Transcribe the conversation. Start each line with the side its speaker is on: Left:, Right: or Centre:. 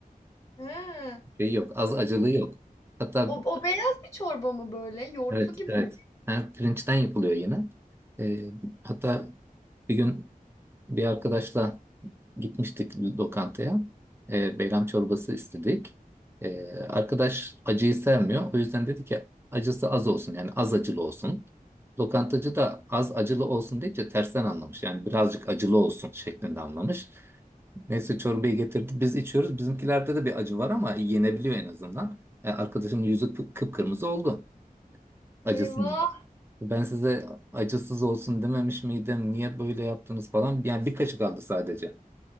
Left: He.
Right: Şey yok, az acılı yok. Hatta
Left: O o beyaz bir çorba mı böyle? Yoğurtlu
Right: evet
Left: gibi
Right: evet
Left: mi?
Right: Ha, pirinçten yapılıyor yine. E, hatta bir gün bir arkadaşla gitmiştik lokantaya. E, beyran çorbası istedik. E, arkadaş acıyı sevmiyor. O yüzden dedi ki acısı az olsun yani az acılı olsun. Lokantacı da az acılı olsun deyince tersten anlamış. Yani birazcık acılı olsun şeklinde anlamış. Neyse çorbayı getirdi. Biz içiyoruz. Bizimkilerde de bir acı var ama yenebiliyor en azından. E, arkadaşın yüzü kıp- kıpkırmızı oldu acısından.
Left: Eyvah,
Right: Ben size acısız olsun dememiş miydim? Niye böyle yaptınız falan? Yani bir kaşık aldı sadece.